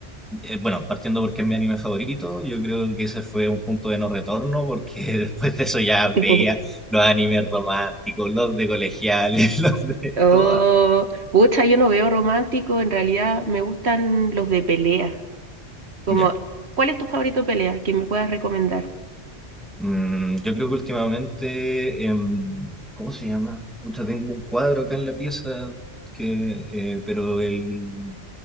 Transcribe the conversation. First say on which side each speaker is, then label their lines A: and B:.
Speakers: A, in the centre; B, on the right (about 70°).
A: eh, bueno, partiendo porque es mi anime favorito, yo creo que ese fue un punto de no retorno, porque <laughs> después de eso ya veía
B: <laughs>
A: los animes románticos, los de colegiales, <laughs> los de
B: Oh,
A: todas.
B: pucha, yo no veo romántico, en realidad me gustan los de pelea. Como,
A: Ya.
B: ¿cuál es tu favorito de pelea que me puedas recomendar?
A: Mm, yo creo que últimamente, em, ¿cómo se llama? Pucha, tengo un cuadro acá en la pieza, que, eh, pero el,